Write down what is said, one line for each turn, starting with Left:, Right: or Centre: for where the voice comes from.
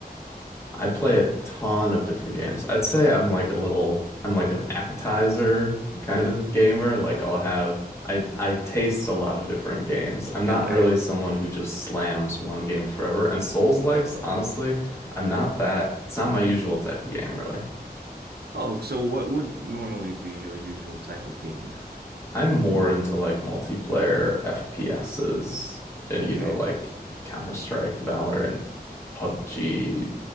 Left: I play a ton of different games. I'd say I'm like a little, I'm like an appetizer kind of gamer. Like I'll have, I I taste a lot of different games. I'm
Right: Got
Left: not really
Right: it.
Left: someone who just slams one game forever. And Souls-likes, honestly, I'm not that, it's not my usual type of game, really.
Right: Oh, so what would normally be your usual type of game then?
Left: I'm more into like multiplayer FPSs, uh,
Right: Okay.
Left: you know, like Counter-Strike, Valorant, PUBG,